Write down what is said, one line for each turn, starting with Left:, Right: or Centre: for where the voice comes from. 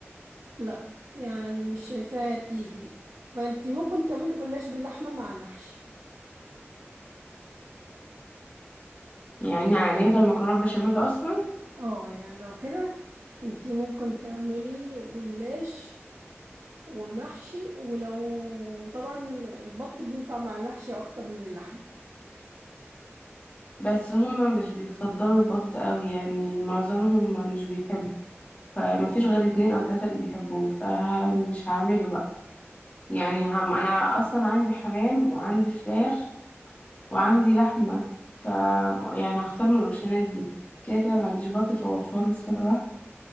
Right: لا يعني مش شايفاها تيجي فانت ممكن تعملي جلاش باللحمه مع المحشي
Left: يعني هنلغي المكرونه البشاميل اصلا
Right: اه يعني لو كده انت ممكن تعملي جلاش ومحشي ولو طبعا البط بينفع مع المحشي اكتر من اللحمه
Left: بس هما مش بيفضلوا البط قوي يعني معظمهم مش بيحبوا فمفيش غير اتنين او تلاتة اللي بيحبوه فمش هعمله بقى يعني هم انا اصلا عندي حمام وعندي فراخ وعندي لحمة ف يعني هختار من الاوبشنات دي كده كده ما عنديش بط فوفره الصراحة